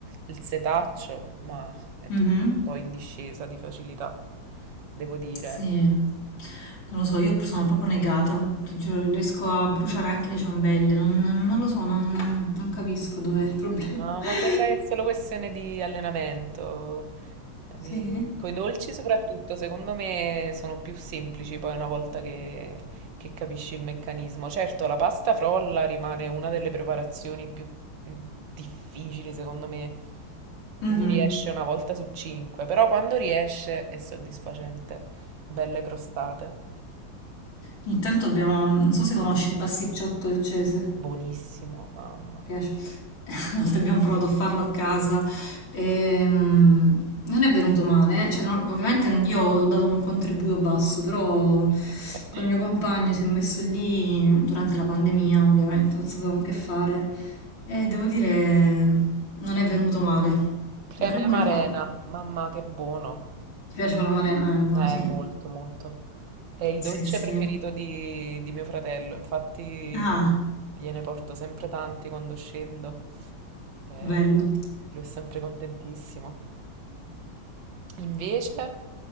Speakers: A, on the right; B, on the left.
A: il setaccio, ma è
B: Mhm.
A: tutto un po' in discesa di facilità, devo dire.
B: Sì, non lo so, io sono proprio negata, ti giuro, riesco a bruciare anche le ciambelle, non, non lo so, non, non capisco dov'è il problema.
A: No,
B: <laughs>
A: ma quella è solo questione di allenamento.
B: Sì.
A: Di... Con i dolci soprattutto, secondo me sono più semplici poi una volta che, che capisci il meccanismo. Certo, la pasta frolla rimane una delle preparazioni più difficili, secondo me.
B: Mhm.
A: Mi riesce una volta su cinque, però quando riesce è soddisfacente. Belle crostate.
B: Intanto abbiamo, non so se conosci il pasticciotto leccese.
A: Buonissimo, mamma.
B: piace. <laughs> Una volta abbiamo provato a farlo a casa. ehm, non è venuto male, eh. Cioè, non- ovviamente io ho dato un contributo basso, però
A: <laughs>
B: con il mio compagno si è messo lì durante la pandemia, ovviamente, non sapevamo che fare e devo dire non è venuto male.
A: Crema
B: Dovremmo
A: e marena,
B: rifarlo.
A: mamma che buono.
B: Ti piace con la marena? Eh, buono,
A: Eh,
B: sì.
A: molto, molto. È il
B: Sì,
A: dolce
B: sì.
A: preferito di, di mio fratello, infatti
B: Ah,
A: gliene porto sempre tanti quando scendo. eh,
B: bello.
A: lui è sempre contentissimo. Invece,